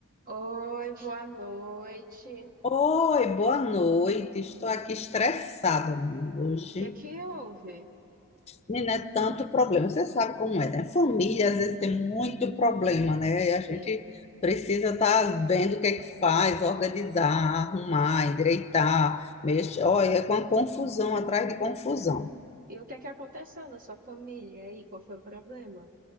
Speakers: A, on the right (about 40°); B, on the left (about 30°).
A: Oi, boa noite. O
B: Oi, boa noite. Estou aqui estressada menina, hoje.
A: que que houve?
B: Menina, é tanto problema. Você sabe como é, né? Família às vezes tem muito problema, né? E a gente
A: Sim.
B: precisa estar vendo o que é que faz, organizar, arrumar, endireitar, mexer. Olha, é com uma confusão atrás de confusão.
A: E o que é que aconteceu na sua família aí? Qual foi o problema?